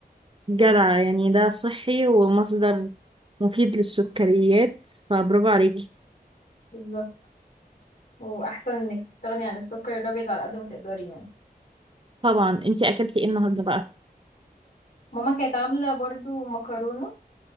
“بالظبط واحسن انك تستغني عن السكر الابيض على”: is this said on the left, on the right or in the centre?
Left